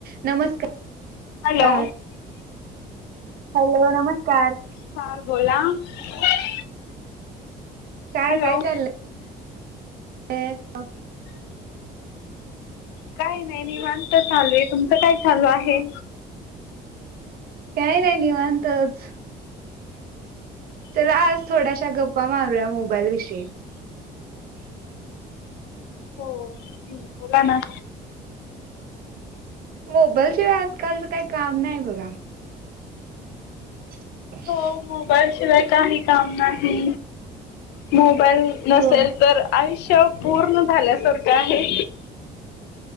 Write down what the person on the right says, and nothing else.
नमस्कार.
hello, नमस्कार.
काय,
काय चाललंय? <unintelligible>
काय नाही निवांतच. चला आज थोड्याशा, गप्पा मारूया मोबाईल विषयी. <unintelligible>
मोबाईल शिवाय आजकालचं, काही काम नाही बघा. <unintelligible>
होय.